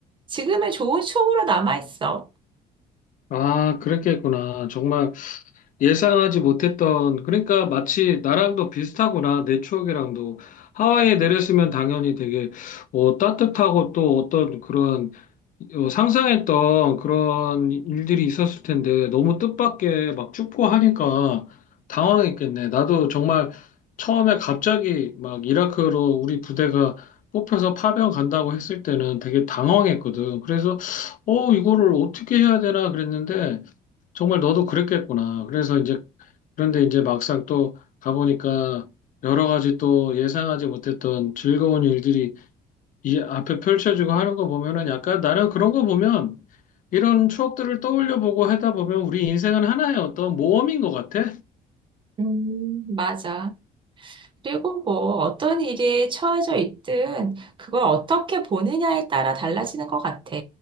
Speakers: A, on the right; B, on the left.
A: 지금의 좋은 추억으로 남아있어.
B: 아, 그랬겠구나. 정말 예상하지 못했던, 그러니까 마치 나랑도 비슷하구나, 내 추억이랑도. 하와이에 내렸으면 당연히 되게, 어, 따뜻하고 또 어떤 그런, 어, 상상했던 그런 일들이 있었을 텐데, 너무 뜻밖의 막 춥고 하니까 당황했겠네. 나도 정말 처음에 갑자기 막 이라크로 우리 부대가 뽑혀서 파병 간다고 했을 때는 되게 당황했거든. 그래서, 어, 이거를 어떻게 해야 되나 그랬는데, 정말 너도 그랬겠구나. 그래서 이제, 그런데 이제 막상 또 가보니까 여러 가지 또 예상하지 못했던 즐거운 일들이 이 앞에 펼쳐지고 하는 거 보면은 약간 나는 그런 거 보면 이런 추억들을 떠올려 보고 하다 보면 우리 인생은 하나의 어떤 모험인 것 같아.
A: 음, 맞아. 그리고 뭐 어떤 일에 처해져 있든 그걸 어떻게 보느냐에 따라 달라지는 것 같아.